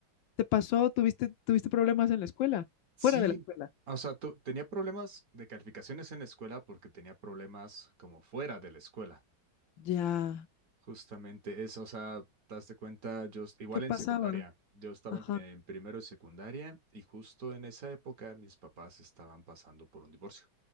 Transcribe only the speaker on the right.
Sí,
o sea, tu- tenía problemas de calificaciones en la escuela porque tenía problemas como fuera de la escuela.
Justamente eso, o sea, te das de cuenta, yo est- igual
en secundaria, yo estaba
en, en primero de secundaria y justo en esa época mis papás estaban pasando por un divorcio.